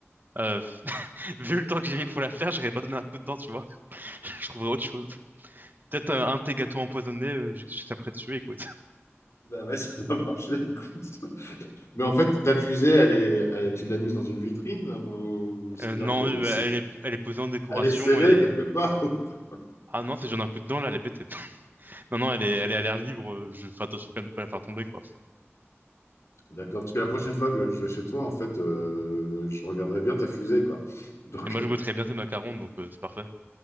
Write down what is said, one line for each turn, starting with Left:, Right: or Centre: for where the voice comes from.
Right: Euh, Vu le temps que j'ai mis pour la faire, j'aurais pas donné un coup de dent, tu vois. <laughs> Je trouverais autre chose. Peut-être un, un de tes gâteaux empoisonnés, euh, j'ai- j'étais après dessus, écoute.
Left: Bah ouais, ça va marcher, écoute. Mais en fait, ta fusée, elle est, elle- tu l'as mise dans une vitrine, ou- c'est-à-dire
Right: Euh, non,
Left: qu'elle
Right: euh,
Left: est
Right: bah, elle est, elle est posée en décoration
Left: laissez-les
Right: et.
Left: quelque part. <laughs>
Right: Ah non, si j'en ai un coup de dent, là, elle est pétée. <laughs> Non, non, elle est, elle est à l'air libre, euh, je fais attention quand même de pas la faire tomber, quoi.
Left: D'accord, parce que la prochaine fois que je vais chez toi, en fait, euh, je regarderai bien ta fusée, quoi. Donc,
Right: Et moi, je goûterais bien tes macarons, donc euh, c'est parfait.